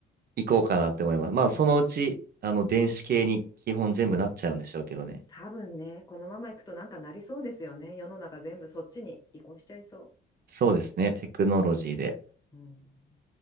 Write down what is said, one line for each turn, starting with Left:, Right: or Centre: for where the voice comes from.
Right: 行こうかなって思います。まあそのうち、
Left: うん、
Right: あの、電子系に基本全部なっちゃうんでしょうけどね。
Left: うん。多分ね、このままいくとなんかなりそうですよね。世の中全部そっちに移行しちゃいそ
Right: そうですね、テクノロジーで。
Left: う。うん